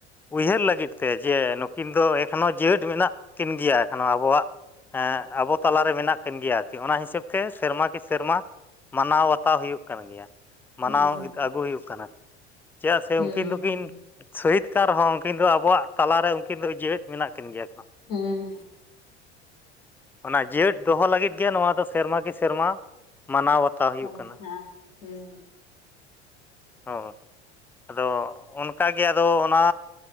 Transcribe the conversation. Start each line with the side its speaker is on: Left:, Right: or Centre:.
Centre: ᱩᱭᱦᱟᱹᱨ ᱞᱟᱹᱜᱤᱫ ᱛᱮ ᱡᱮ ᱱᱩᱠᱤᱱ ᱫᱚ ᱮᱠᱷᱚᱱᱳ ᱡᱮᱣᱮᱛ ᱢᱮᱱᱟᱜ ᱠᱤᱱ ᱜᱮᱭᱟ ᱮᱠᱷᱚᱱᱳ ᱟᱵᱚᱣᱟᱜ ᱮᱸ ᱟᱵᱚ ᱛᱟᱞᱟᱨᱮ ᱢᱮᱱᱟᱜ ᱠᱤᱱ ᱜᱮᱭᱟ ᱟᱨᱠᱤ ᱚᱱᱟ ᱦᱤᱥᱟᱹᱵ ᱛᱮ ᱥᱮᱨᱢᱟ ᱠᱤ ᱥᱮᱨᱢᱟ ᱢᱟᱱᱟᱣ ᱵᱟᱛᱟᱣ ᱦᱩᱭᱩᱜ ᱠᱟᱱ ᱜᱮᱭᱟ ᱢᱟᱱᱟᱣ
Left: ᱦᱩᱸ
Centre: ᱟᱹᱜᱩ ᱦᱩᱭᱩᱜ ᱠᱟᱱᱟ ᱪᱮᱫᱟᱜ ᱥᱮ
Left: ᱦᱩᱸ
Centre: ᱩᱱᱠᱤᱱ ᱫᱚᱠᱤᱱ ᱥᱩᱦᱤᱛ ᱠᱟᱨ ᱨᱮ ᱦᱚᱸ ᱩᱱᱠᱤᱱ ᱫᱚ ᱟᱵᱚᱣᱟᱜ ᱛᱟᱞᱟᱨᱮ ᱩᱱᱠᱤᱱ ᱫᱚ ᱡᱮᱣᱮᱛ ᱢᱮᱱᱟᱜ ᱠᱤᱱ ᱜᱮᱭᱟ ᱠᱤᱱ ᱜᱮᱭᱟ ᱮᱠᱦᱚᱱᱳ
Left: ᱦᱩᱸ
Centre: ᱚᱱᱟ ᱡᱮᱣᱮᱫ ᱫᱚᱦᱚ ᱞᱟᱹᱜᱤᱫ ᱜᱮ ᱱᱚᱣᱟ ᱫᱚ ᱥᱮᱨᱢᱟ ᱠᱤ ᱥᱮᱨᱢᱟ ᱢᱟᱱᱟᱣ ᱵᱟᱛᱟᱣ ᱦᱩᱭᱩᱜ
Left: ᱦᱮᱸ
Centre: ᱠᱟᱱᱟ
Left: ᱦᱮᱸ ᱦᱩᱸ
Centre: ᱚ ᱟᱫᱚ ᱚᱱᱠᱟᱜᱮ ᱟᱫᱚ ᱚᱱᱟ